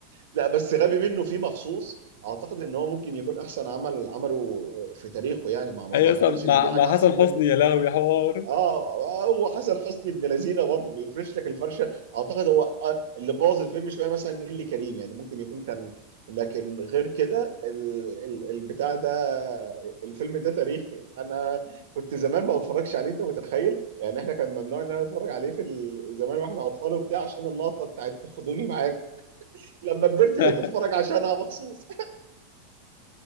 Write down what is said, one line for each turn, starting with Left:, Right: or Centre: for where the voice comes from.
Right: لا بس غبي منه فيه مخصوص اعتقد ان هو ممكن يكون احسن عمل عمله في تاريخه يعني ما ما
Left: اي
Right: ما اعتقدش
Left: اصلا مع
Right: ان في حاجه
Left: مع
Right: احسن
Left: حسن حسني
Right: منه
Left: يا لهوي يا حوار
Right: اه آه، هو حسن حسني ابن لذينه برضه بيفرش لك الفرشه اعتقد هو آه، اللي بوظ الفيلم شويه مثلا نيللي كريم يعني ممكن يكون كان لكن غير كده ال- ال- البتاع ده الفيلم ده تاريخي انا كنت زمان ما بتفرجش عليه انت متخيل يعني احنا كان ممنوع ان انا اتفرج عليه في ال- زمان واحنا اطفال وبتاع عشان اللقطه بتاعت خدوني معاك لما كبرت
Left: <laughs>
Right: بقيت اتفرج عشانها مخصوص